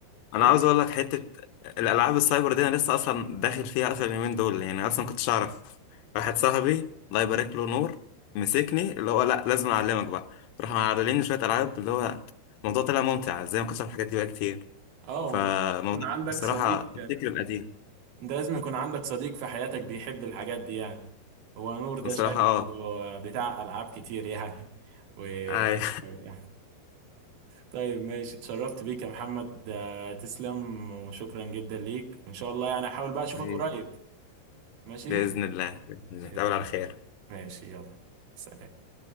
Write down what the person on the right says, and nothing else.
ليه؟
اه وانت
يكون عندك
صديق
انت لازم يكون عندك صديق في حياتك بيحب الحاجات دي يعني هو نور ده
شكله
بتاع ألعاب كتير يعني و <laughs>
يعني طيب ماشي اتشرفت بيك يا محمد آه، تسلم وشكرا جدا ليك وإن شاء الله يعني أحاول بقى
أشوفك قريب ماشي
بإذن
الله
ماشي يلا سلام